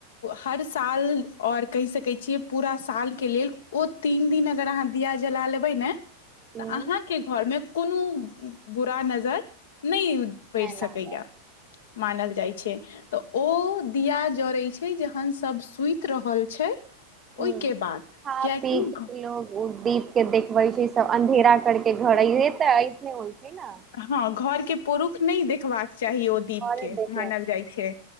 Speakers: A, on the left; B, on the right.
A: हर साल आओर कहि सकै छियै पूरा साल के लेल ओ तीन दिन अगर अहाँ दि या जला लेबै ने तऽ
B: हुं,
A: अहाँ के घर मे कोनो बुरा नजर नहि पड़ि
B: नहि लागत
A: सकैया मानल जाइ छै तऽ ओ दिया जड़ै छै जहन सब सुति रहल छै ओहिके
B: हूँ
A: बाद
B: खा
A: कियकि
B: पीक लोक ओ दीप के देखबे छै सब अन्धेरा कर के घरे ते ऐसने होइ छै ने
A: हँ घर के पुरुष नहि देखबाक चाही ओ दीप
B: औरे
A: के
B: देखे
A: मानल जाइ छै